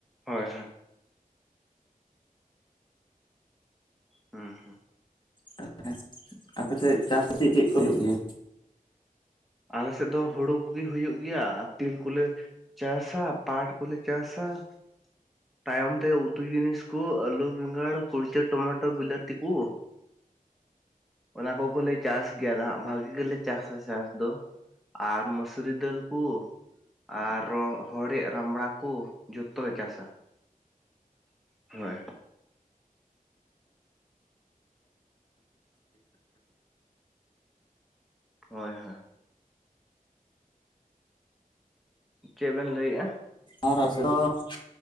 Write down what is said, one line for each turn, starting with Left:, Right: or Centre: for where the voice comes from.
Centre: ᱦᱳᱭ ᱦᱳᱭ ᱦᱩᱸ
Left: ᱛᱟᱦᱚᱞᱮ ᱟᱯᱮ ᱥᱮᱫ ᱪᱟᱥ ᱠᱚ ᱪᱮᱫ ᱪᱮᱫ ᱠᱚ ᱦᱩᱭᱩᱜ ᱜᱮᱭᱟ
Centre: ᱟᱞᱮ ᱥᱮᱫ ᱫᱚ ᱦᱩᱲᱩ ᱠᱚᱜᱮ ᱦᱩᱭᱩᱜ ᱜᱮᱭᱟ ᱟᱨ ᱛᱤᱞ ᱠᱚᱞᱮ ᱪᱟᱥᱟᱜ ᱯᱟᱴ ᱠᱚᱞᱮ ᱪᱟᱥᱟᱜ ᱛᱟᱭᱚᱢᱛᱮ ᱩᱛᱩ ᱡᱤᱱᱤᱥ ᱠᱩ ᱟᱹᱞᱩ ᱵᱮᱸᱜᱟᱲ ᱠᱩᱲᱪᱟᱹ ᱴᱚᱢᱟᱴᱳ ᱵᱤᱞᱟᱹᱛᱤ ᱠᱚ
Left: <inaudible>
Centre: ᱚᱱᱟ ᱠᱚ ᱜᱮ ᱞᱮ ᱪᱟᱥ ᱜᱮᱭᱟ ᱦᱟᱸᱜ ᱵᱷᱟᱹᱜᱤ ᱜᱮᱞᱮ ᱪᱟᱥᱟ ᱪᱟᱥ ᱫᱚ ᱟᱨ ᱢᱩᱥᱤᱨᱤ ᱫᱟᱹᱞᱠᱩ ᱟᱨᱚ ᱦᱚᱲᱮ ᱨᱟᱢᱲᱟ ᱠᱚ ᱡᱚᱛᱮ ᱞᱮ ᱪᱟᱥᱟ ᱦᱳᱭ ᱦᱳᱭ ᱦᱳᱭ ᱪᱮᱫ ᱵᱮᱱ ᱞᱟᱹᱭᱮᱜᱼᱟ
Left: ᱟᱨ ᱟᱥᱚᱨᱚ <unintelligible>